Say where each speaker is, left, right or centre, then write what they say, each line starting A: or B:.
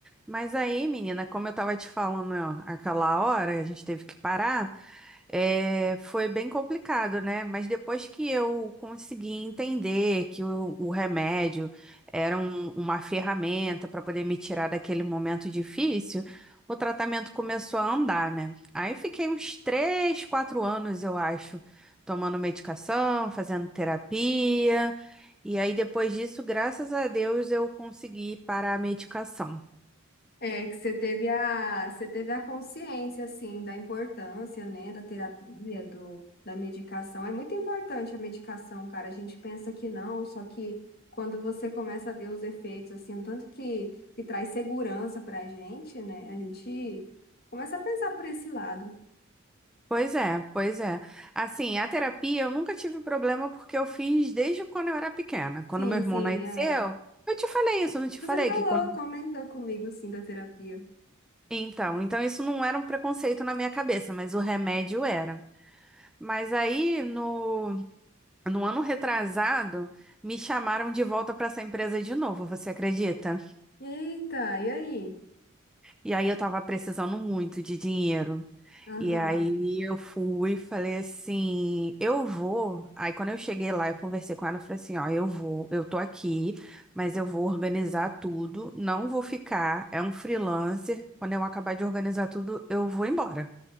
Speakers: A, in the centre; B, on the left.
A: Mas aí, menina, como eu tava te falando ó, aquela hora, a gente teve que parar, é, foi bem complicado, né? Mas depois que eu consegui entender que o, o remédio era um- uma ferramenta para poder me tirar daquele momento difícil, o tratamento começou a andar, né? Aí fiquei uns três, quatro anos, eu acho, tomando medicação, fazendo terapia. E aí, depois disso, graças a Deus, eu consegui parar a medicação.
B: É, que você teve a, você teve a consciência, assim, da importância, né, da terapia, do, da medicação. É muito importante a medicação, cara. A gente pensa que não, só que quando você começa a ver os efeitos, assim, o tanto que, que traz segurança pra gente, né, a gente começa a pensar por esse lado.
A: Pois é, pois é. Assim, a terapia eu nunca tive problema porque eu fiz desde quando eu era pequena. Quando
B: Sim,
A: meu irmão
B: sim,
A: nasceu,
B: é.
A: eu te falei isso, eu não te falei
B: Você falou,
A: que quando...
B: comentou comigo, assim, da terapia.
A: Então, então isso não era um preconceito na minha cabeça, mas o remédio era. Mas aí no, no ano retrasado, me chamaram de volta para essa empresa de novo, você acredita?
B: Eita, e aí?
A: E aí eu tava precisando muito de dinheiro.
B: Aham,
A: E aí eu fui e falei assim, eu vou. Aí quando eu cheguei lá, eu conversei com ela, eu falei assim, ó, eu vou, eu tô aqui, mas eu vou organizar tudo, não vou ficar, é um freelancer. Quando eu acabar de organizar tudo, eu vou embora.